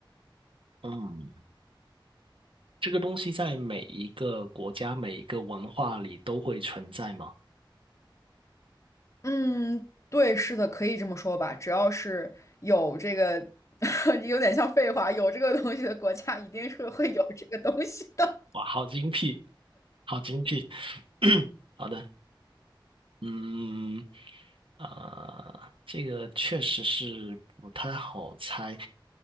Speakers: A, on the right (about 85°); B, on the left (about 35°).
A: 嗯，这个东西在每一个国家、每一个文化里都会存在吗？
B: 嗯，对，是的，可以这么说吧。只要是有这个，<laughs> 有点像废话，有这个东西的国家，一定是会有这个东西的。
A: 哇，好精辟，好精辟。<clears throat> 好的，嗯，啊、这个确实是不太好猜。